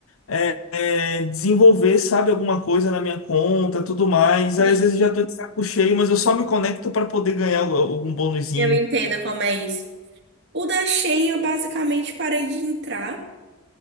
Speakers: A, on the left; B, on the right.
A: é, é, desenvolver, sabe, alguma coisa na minha conta, tudo mais.
B: Sim.
A: Aí, às vezes eu já tô de saco cheio, mas eu só me conecto para poder ganhar algum bônusinho.
B: Eu entendo como é isso. O da Shein eu basicamente parei de entrar,